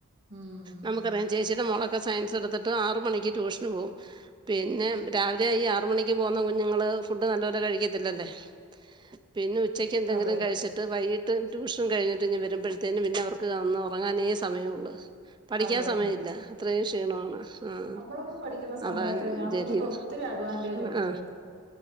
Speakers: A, on the right; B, on the right.
A: ഉം ഉം
B: നമുക്കറിയാം ചേച്ചീടെ മോളൊക്കെ സയൻസ് എടുത്തിട്ട് ആറ് മണിക്ക് ട്യൂഷന് പോവും പിന്നെ രാവിലെ ഈ ആറ് മണിക്ക് പോകുന്ന കുഞ്ഞുങ്ങള് ഫുഡ് നല്ല പോലെ കഴിക്കത്തില്ലല്ലേ പന്നെ ഉച്ചക്ക് എന്തെങ്കിലും
A: അതെ
B: കഴിച്ചിട്ട് വൈകി ട്ട് ട്യൂഷൻ കഴിഞ്ഞിട്ട് ഇങ്ങ് വരുമ്പഴത്തേന് പിന്നെ അവർക്ക് ഒന്ന് ഒറങ്ങാനെ സമയൊള്ള് പഠിക്കാൻ
A: അത് തന്നെ
B: സമയില്ല അത്രയും ക്ഷീണവാണ് ആഹ്
A: നമ്മളൊന്നും പഠിക്കുന്ന സമയത്ത്
B: അതാ
A: ഞാൻ നോക്കിട്ട്
B: <unintelligible>
A: ഒത്തിരി അഡ്വാൻറേജ് ഉണ്ട്
B: ആഹ്
A: ഇപ്പോഴത്തെ